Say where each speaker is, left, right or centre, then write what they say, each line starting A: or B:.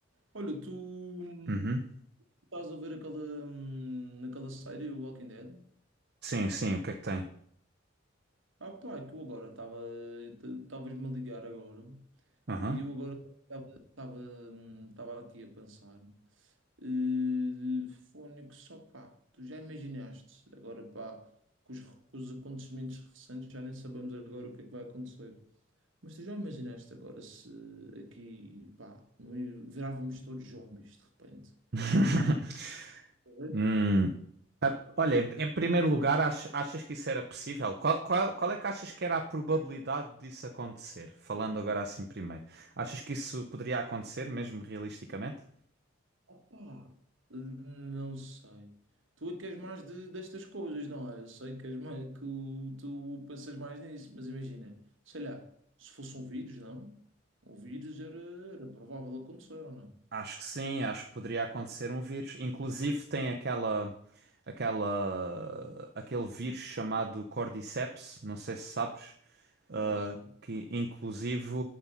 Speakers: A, on the right (about 70°); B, on the right (about 50°).
A: Olha, tu hum,
B: Uhum.
A: estás a ver aquela, hum, aquela série, o Walking Dead?
B: Sim, sim, o que é que tem?
A: Ah pá, que eu agora estava, estavas-me a ligar agora,
B: Aham.
A: e eu agora estava estava, hum, estava aqui a pensar, eh, Fónix, só pá, tu já imaginaste, agora pá, com os, com os acontecimentos recentes já nem sabemos agora o que é que vai acontecer. Mas tu já imaginaste agora se aqui, pá, não é- virávamos todos zombies de repente?
B: <laughs>
A: Correto?
B: Hum. Olha, em, em primeiro lugar, ach- achas que isso era possível? Qual, qual, qual é que achas que era a probabilidade disso acontecer? Falando agora assim primeiro. Achas que isso poderia acontecer, mesmo realisticamente?
A: Opa, não sei. Tu é que és mais de- destas coisas, não é? Eu sei que és mais, que o- tu pensas mais nisso, mas imagina, sei lá, se fosse um vírus, não? O vírus era, era provável acontecer ou não?
B: Acho que sim, acho que poderia acontecer um vírus. Inclusive tem aquela, aquela, aquele vírus chamado Cordyceps, não sei se sabes. ah,
A: Não sei.
B: que inclusive